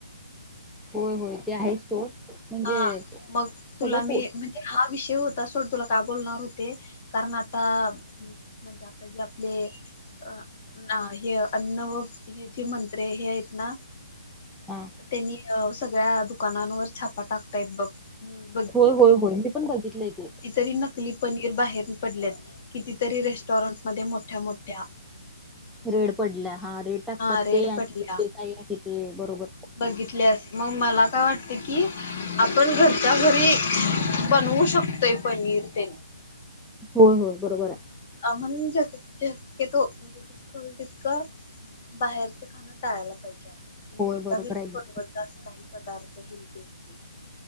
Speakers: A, in the centre; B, on the left (about 40°).
A: होय होय, ते हायच सोड. म्हणजे
B: हा, मग
A: सगळं
B: तुला
A: पो
B: मी म्ह एक हा विषय होता सोड, तुला का बोलणार होते, कारण आता म्हणजे आता जे आपले, अ. ना, हे, अन्न व हे जे मंत्रे हे आहेत ना.
A: हां,
B: तेनी अ सगळ्या दुकानांवर छापा टाकतायेत बघ. न्यूज
A: होय, होय होय मी पण बघितलंय तेे..
B: तरी नकली पनीर बाहेर पडल्यात, कितीतरी रेस्टॉरंट मध्ये मोठ्या मोठ्या
A: रेड पडल्या, हा रेड टाकतात
B: हा रेड
A: ते आणि
B: पडल्या
A: ते काही आहे ते बरोबर.
B: बघितल्यास, मग मला काय वाटत की, आपण घरच्या घरी बनवू शकतोय पनीर तेन.
A: होय होय, बरोबर हाय.
B: आ म्हणक तो म्हणजे जितकं होईल तितकं. बाहेरच खाण टाळायला पाहिजे आपण नी
A: होय
B: घरच्या
A: बरोबर
B: घरीच
A: आहे की.
B: बनवत लाच. काही पदार्थ हेल्दी हायेत ते